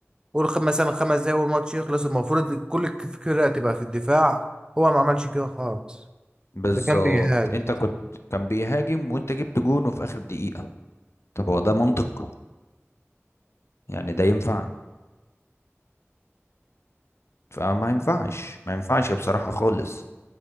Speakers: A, on the right (about 15°); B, on the left (about 65°).
A: قول خ- مثلا خمس دقايق والماتش يخلص المفروض كل الفكرة تبقى في الدفاع هو ما عملش كده خالص
B: بالظبط
A: ده كان بيهاجم
B: انت كنت كان بيهاجم وانت جبت جون وفي اخر دقيقة طب هو ده منطق يعني ده ينفع فما ينفعش ما ينفعش بصراحة خالص